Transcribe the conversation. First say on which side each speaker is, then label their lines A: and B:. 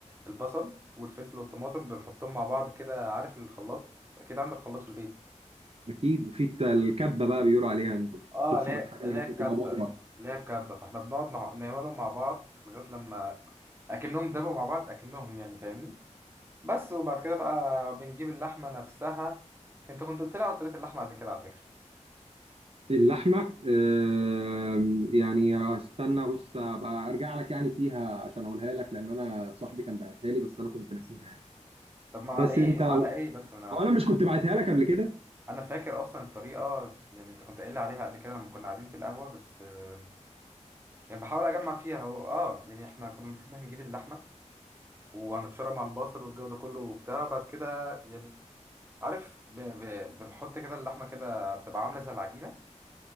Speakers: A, on the right (about 20°); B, on the right (about 55°).
A: البصل والفلفل والطماطم بنحطهم مع بعض كده عارف الخلاط اكيد عندك خلاط في البيت
B: اكيد وفي الت- الكبه بقى بيقولوا عليها انت
A: اه
B: بتبشر
A: لا
B: الحاجه
A: لا
B: لغايه
A: الكبه
B: ما تبقى بودره
A: لا الكبه فاحنا بنقعد نع- نعملهم مع بعض لغايه لما اكنهم دبوا مع بعض اكنهم يعني فاهمني بس وبعد كده بقى بنجيب اللحمة نفسها انت كنت قلت لي على طريقة اللحمة قبل كده على فكرة
B: اللحمه آم، يعني استنى بص ابقى ارجع لك يعني فيها عشان اقولها لك لان انا صاحبي كان باعتها لي بس انا كنت ناسيها يعني
A: طب ما على
B: بس
A: ايه
B: انت هو
A: على ايه بس انا
B: انا
A: انا
B: مش كنت بعتها لك قبل كده
A: انا فاكر اصلا الطريقة يعني انت كنت قايل لي عليها قبل كده لما كنا قاعدين في القهوة بس آه، يعني بحاول اجمع فيها هو اه يعني احنا كنا المفروض هنجيب اللحمة وهنبشرها مع البصل والجو ده كله وبتاع بعد كده يعني عارف ب... ب... بنحط كده اللحمة كده بتبقى عاملة زي العجينة